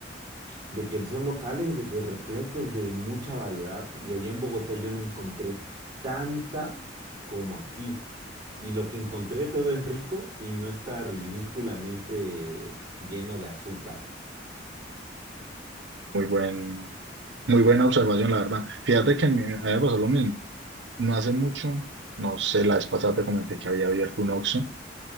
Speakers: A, on the right (about 20°); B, on the right (about 70°).
A: de que son locales, de que repletos de mucha variedad. Y allá en Bogotá yo no encontré tanta como aquí. Y lo que encontré todo es rico y no está ridículamente lleno de azúcar.
B: Muy buen, muy buena observación, la verdad. Fíjate que me, a mí me pasó lo mismo. No hace mucho, no sé, la vez pasada te comenté que había abierto un Oxxo.